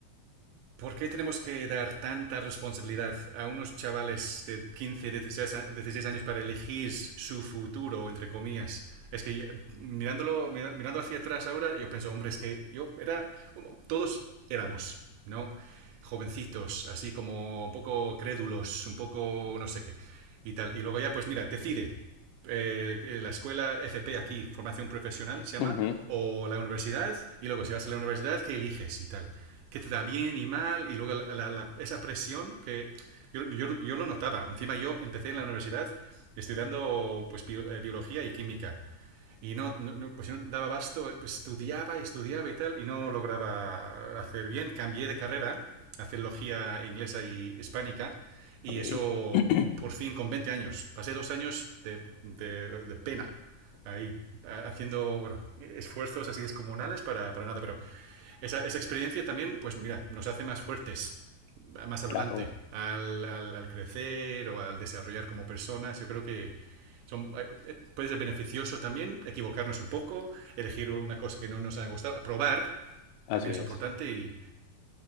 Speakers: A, on the right; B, on the left.
A: ¿Por qué tenemos que dar tanta responsabilidad a unos chavales de 15, 16 años para elegir su futuro, entre comillas? Es que eh, mirándolo, mirando hacia atrás ahora, yo pienso, hombre, es que yo era, todos éramos, ¿no? Jovencitos, así como un poco crédulos, un poco no sé qué, y tal. Y luego ya, pues mira, decide, eh, la escuela FP aquí, formación profesional se
B: Ujú.
A: llama, o la universidad, y luego si vas a la universidad, ¿qué eliges y tal? ¿Qué te da bien y mal? Y luego la- la- la- esa presión que yo, yo- yo lo notaba. Encima yo empecé en la universidad estudiando pues, bio- eh, biología y química y no, no, no, pues si no daba basto, pues estudiaba y estudiaba y tal, y no lograba hacer bien. Cambié de carrera a filología inglesa y hispánica, y
B: Ok.
A: eso
B: <clears throat>
A: por fin con 20 años. Pasé dos años de, de, de pena ahí, haciendo, bueno, esfuerzos así descomunales para, para nada, pero esa, esa, experiencia también, pues mira, nos hace más fuertes más adelante
B: Claro,
A: al, al, al crecer o al desarrollar como personas. Yo creo que son, eh, eh, puede ser beneficioso también equivocarnos un poco, elegir una cosa que no nos ha gustado, probar
B: así
A: también es
B: es.
A: importante y,